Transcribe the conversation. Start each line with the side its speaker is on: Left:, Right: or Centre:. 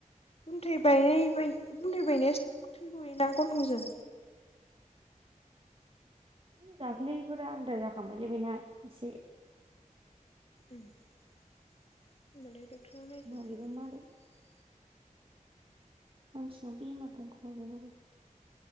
Left: गुन्थाय बायनाय बै गुन्थाय बायनाया थै गयोना गन्थंजों
Right: दाख्लैफोरा आलदा जाखां बायलै बिना एसे
Left: <unintelligible> डक्टराव नायजानो
Right: मारैबा
Left: हाया
Right: मारै मानसिनाव बेमार दंखोमा बेनावबो